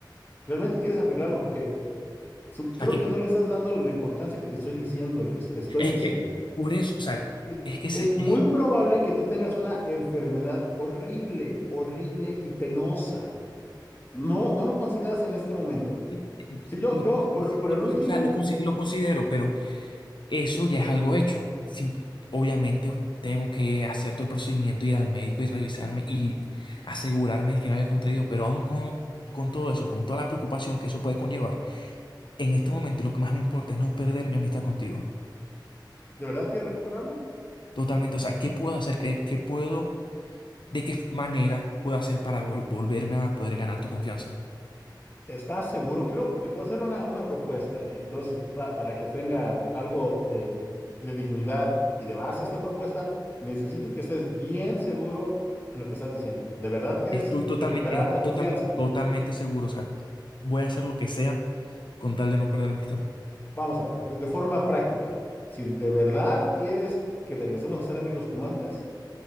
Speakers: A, on the left (about 25°); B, on the left (about 75°).
A: ¿realmente quieres arreglarlo? Porque su-
B: O sea,
A: creo
B: que
A: que no le estás dando la importancia que te estoy diciendo, lo que te estoy
B: Es
A: diciendo.
B: que por eso, o sea,
A: Y
B: es que se,
A: Es muy
B: es-
A: probable que tú tengas una enfermedad horrible, horrible y penosa. No, no lo consideras en este momento.
B: sí,
A: Sí, yo,
B: lo,
A: yo por,
B: sí
A: por
B: lo
A: el
B: cons-
A: último,
B: o sea, lo, consi- lo considero, pero eso ya es algo hecho. Sim- obviamente tengo que hacer todo el procedimiento, ir al médico y revisarme y asegurarme de que no había contraído, pero aún con, con todo eso, con toda la preocupación que eso puede conllevar, en este momento lo que más me importa es no perder mi amistad contigo.
A: ¿de verdad quieres recuperarla?
B: Totalmente, o sea, ¿qué puedo hacer? ¿Qué, qué puedo, de qué manera puedo hacer para vol- volverme a poder ganar tu confianza?
A: ¿Estás seguro? Quiero, porque te voy a hacer una, una propuesta, ¿eh? y entonces pa- para que tenga algo de, de dignidad y de base esta propuesta, necesito que estés bien seguro en lo que estás diciendo. ¿De verdad quieres
B: Estoy totalmente,
A: recuperar
B: estoy
A: la confianza?
B: total- totalmente seguro. O sea, voy a hacer lo que sea con tal de no perder la amistad.
A: Vamos a ver, de, de forma práctica, si de verdad quieres que regresemos a ser amigos como antes,